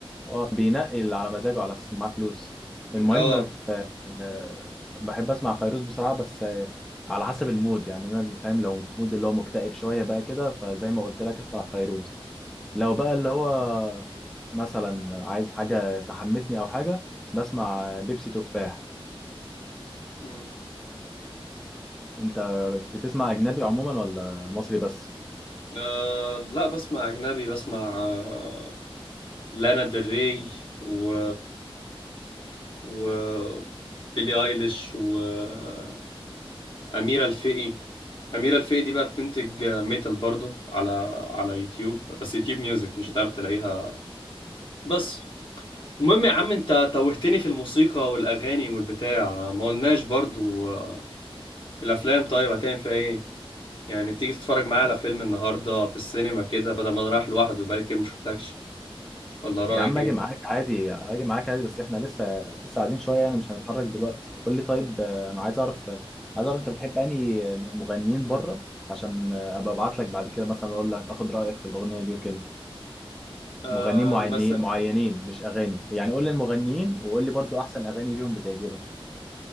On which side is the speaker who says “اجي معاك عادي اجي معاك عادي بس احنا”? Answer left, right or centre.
Centre